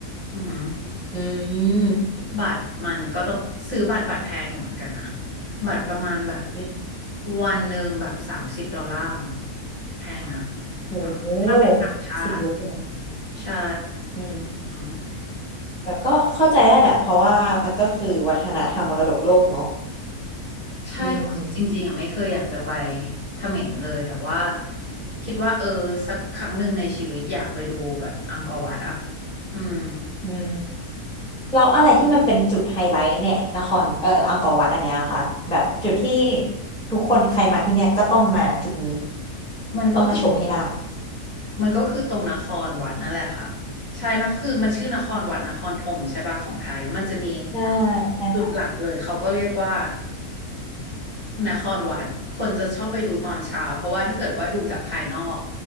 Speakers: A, on the left; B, in the centre.
A: อือหือ
B: ๆอืม
A: บัตรมันก็ต้องซื้อบัตรบัตรแพงอยู่เหมือนกันนะบัตรประมาณแบบ
B: ๆอืม
A: วันหนึ่งแบบสามสิบดอลลาร์มั้งแพงนะ
B: โอ้โห
A: อือฮึถ้าเป็นต่างชาติ
B: สิบยูโรใช่ไหม
A: ใช่
B: อืม
A: อืม
B: แต่ก็เข้าใจได้แหละเพราะว่ามันก็คือวัฒนธรรมมรดกโลกเนาะ
A: ใช่ก็คือจริงๆอ่ะไม่เคยอยากจะไป
B: อืม
A: เขมรเลยแต่ว่าคิดว่าเออสักครั้งหนึ่งในชีวิตอยากไปดูแบบอังกอร์วัดอ่ะอืม
B: อืมแล้วอะไรที่มันเป็นจุดไฮไลท์เนี่ยนครเอออังกอร์วัดอันเนี้ยค่ะแบบจุดที่ทุกคนใครมาที่เนี่ยก็ต้องมาจุดนี้
A: มันก็คือ
B: ต้องมาชมให้ได้
A: มันก็คือตรงนครวัดนั่นแหละค่ะใช่นะคือมันชื่อนครวัดนครธมใช่ป่ะของไทยแล้วมันจะมี
B: ใช่ใช่ค่ะ
A: จุดหลักเลยเขาก็เรียกว่านครวัดคนจะชอบไปดูตอนเช้าเพราะว่าถ้าเกิดว่าดูจากภายนอก